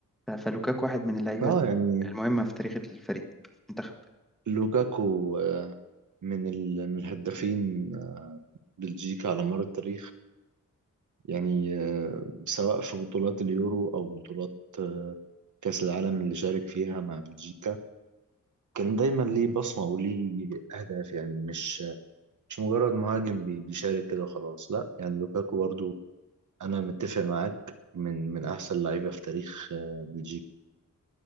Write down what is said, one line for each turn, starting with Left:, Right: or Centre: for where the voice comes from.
Centre: ف- فلوكاكو واحد من اللعيبة
Right: اه يعني
Centre: المهمة في تاريخ الفريق المنتخب
Right: لوكاكو آه، من ال... من الهدافين آه، بلجيكا على مر التاريخ يعني آه، سواء في بطولات اليورو أو بطولات آه، كأس العالم اللي شارك فيها مع بلجيكا كان دايما ليه بصمة وليه أهداف يعني مش مش مجرد مهاجم بي- بيشارك كده وخلاص لا يعني لوكاكو برضو انا متفق معاك من من احسن لعيبه في تاريخ آه، بلجيكا